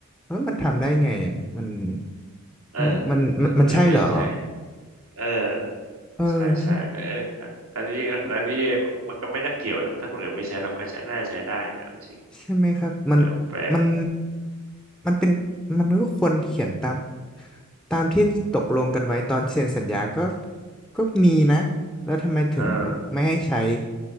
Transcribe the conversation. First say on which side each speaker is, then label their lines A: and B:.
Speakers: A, in the centre; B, on the right.
A: เออมันทำได้ไงมัน
B: เออ
A: เออมันมันมันใช่เหรอ
B: ถ้าคนอื่นไม่ใช่เออ
A: เออใช่
B: ใช่ใช่แล้วเอออันนี้อันนี้มันก็ไม่น่าเกี่ยวนะถ้าคนอื่นไม่ใช้เราก็ใช้น่าใช้ได้นะเอาจริง
A: ใช่ไหมครับมัน
B: เออแปลก
A: มันมันเป็นมันก็ควรเขียนตามตามที่ตกลงกันไว้ตอนเซ็นสัญญาก็ก็มีนะแล้วทำไมถึงไม่ให้ใช้
B: เออ